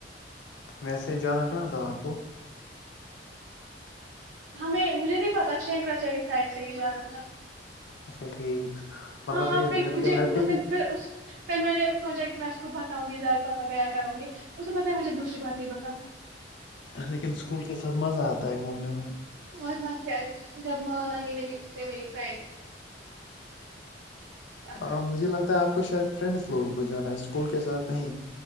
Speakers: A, on the left; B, on the right.
A: ویسے جانا کہاں تھا آپ کو
B: ہمیں مجھے نہیں پتا شنکراچاری سائڈ سے ہی جانا تھا
A: اچھا ٹھیک مطلب
B: ہاں
A: یہ
B: پھر
A: لڑکے
B: مجھے
A: لڑکے
B: اس
A: بھی
B: پھر اس پھر میں نے سوچا کہ میں کو بتاؤں گی زڑپا وغیرہ کروں گے اسے بتایا مجھے دوسری بات نہیں بتانا
A: لیکن اسکول کے ساتھ مزہ آتا ہے گھومنے میں
B: مرنہ کیا جب منا ہی نہیں استے میری فہن نے کیا
A: ہاں
B: کر
A: مجھے لگتا ہے آپ کچھاید فرینڈس لوگوں کو جان آ اسکول کے ساتھ نہیں